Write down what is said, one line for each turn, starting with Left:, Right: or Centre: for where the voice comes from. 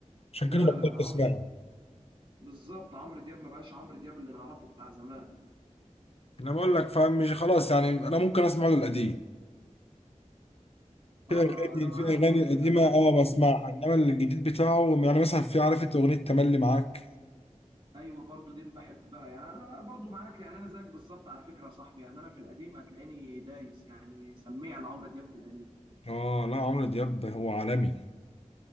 Left: عشان
Right: لا
Left: كده بطلت
Right: لا عمرو
Left: اسمعه
Right: بالظبط عمرو دياب ما بقاش عمرو دياب اللي نعرفه بتاع زمان
Left: انا بقول لك فاهم مش خلاص يعني انا ممكن اسمع له القديم في
Right: اه
Left: اغاني
Right: آه، انا معاك
Left: في اغاني
Right: برضو
Left: القديمه
Right: يعني انا
Left: اه بسمعها انما الجديد بتاعه يعني مثلا في عارف انت اغنيه تملي معاك
Right: ايوه برضو دي بحبها يعني انا برضو معاك يعني انا زيك بالظبط على فكره يا صاحبي يعني انا في القديم هتلاقيني دايس يعني سميع لعمرو دياب في القديم
Left: اه لا عمرو دياب هو عالمي